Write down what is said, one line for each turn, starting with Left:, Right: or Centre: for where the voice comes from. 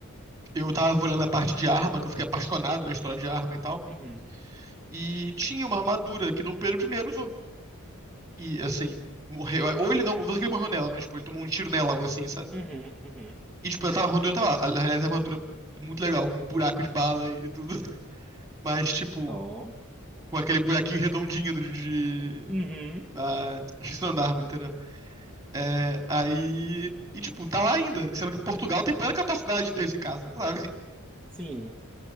Right: eu tava olhando a parte de arma, que eu fiquei apaixonado na história de arma e tal.
Centre: Uhum,
Right: E tinha uma armadura que Dom Pedro primeiro usou. E, assim, morreu. Ou ele não, não sei que ele morreu nela, mas, tipo, ele tomou um tiro nela, algo assim, sabe?
Centre: uhum, uhum.
Right: E, tipo, ela tava, a armadura tava lá. Aliás, a armadura é muito legal, com um buraco de bala e tudo. <laughs> Mas, tipo,
Centre: Ó.
Right: com aquele buraquinho redondinho de... de
Centre: Uhum.
Right: da... Esqueci o nome da arma, entendeu? É, aí. E, tipo, tá lá ainda. Sendo que Portugal tem plena capacidade de ter isso em casa, sabe?
Centre: Sim.